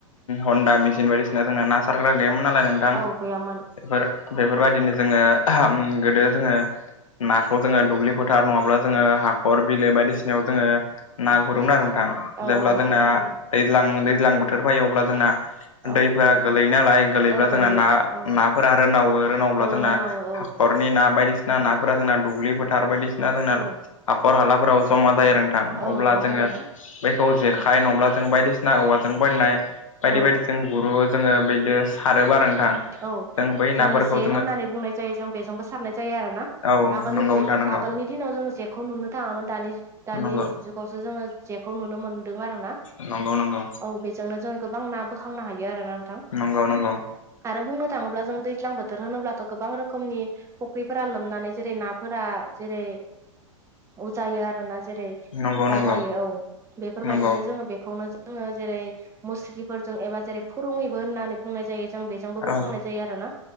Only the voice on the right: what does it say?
औ गैयामोन।
औ
नंगौ
थारैनो
औ
औ गोलैयो
औ
औ
रोनावो औ
औ
औ
नंगौ
थारैनो
औ
औ
जोङो
जे होननानै बुंनाय जायो जों बेजोंबो सारनाय जायो आरो ना।
आगोलनि
<unintelligible>
आगोलनि दिनाव जोङो जेखौ नुनो थाङामोन दानि दानि
जुगावसो जोङो जेखौ नुनो मोनो आरोना
औ बेजोंनो जोङो गोबां ना बोखांनो हायो आरोना नोंथां
आरो बुंनो थाङोब्ला जों दै दैज्लां बोथोर होनोब्लाथ' गोबां रोखोमनि फुख्रिफोरा लोमनानै जेरै नाफोरा जेरै उजायो आरोना जेरै
दावगायो
औ बेफोरबायदिनो
जोङो बेखौनो जोङो जेरै मुस्रिफोरजों एबा जेरै फोरुङैबो होननानै बुंनाय जायो जों बेजोंबो बोखांनाय
जायो आरोना